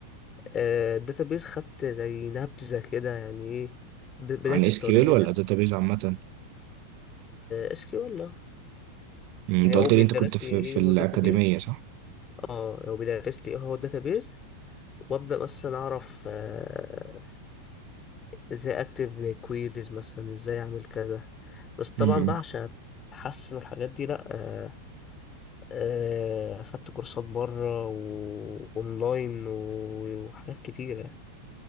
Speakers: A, on the left; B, on the right.
A: آه، الداتابيز خدت زي نبذة كده يعني ايه ب- بداية
B: عن اس
A: الطريق
B: كيو ال ولا
A: لك
B: داتابيز عامة
A: اس كيو ال
B: مم،
A: يعني
B: انت
A: هو
B: قلت
A: بيدرس
B: لي انت كنت في,
A: لي ايه
B: في الأكاديمية
A: هو الداتابيز
B: صح
A: اه هو بيدرس لي ايه هو الداتابيز وابدا مثلا اعرف آه ازاي اكتب كويريز مثلا ازاي اعمل كذا بس طبعا
B: مم،
A: بقى عشان اتحسن الحاجات دي لا آه، آه، اخدت كورسات بره واونلاين وحاجات كتيرة